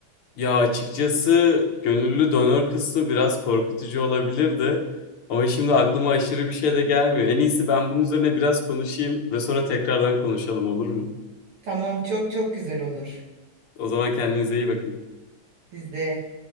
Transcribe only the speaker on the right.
Tamam çok çok güzel olur.
Biz de